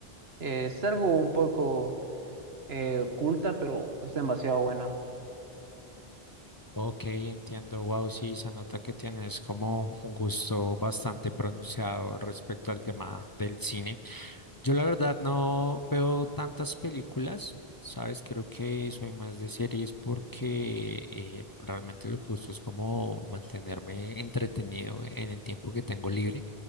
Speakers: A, on the right; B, on the left.
A: Eh, es algo un poco eh, oculta, pero es demasiado buena.
B: Ok, entiendo. Wow, sí, se nota que tienes como un gusto bastante pronunciado respecto al tema del cine. Yo la verdad no veo tantas películas, ¿sabes? Creo que soy más de series porque eh, realmente lo que gusto es como mantenerme entretenido en el tiempo que tengo libre.